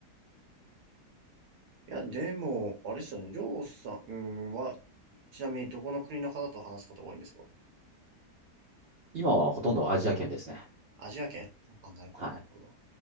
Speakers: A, on the right (about 75°); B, on the right (about 50°).
A: いや、でも、あれですよね。りょうさんは、ちなみにどこの国の方と話すことが多いんですか
B: 今はほとんどアジア圏ですね。
A: アジア圏あ、なるほど、
B: はい。
A: なるほど。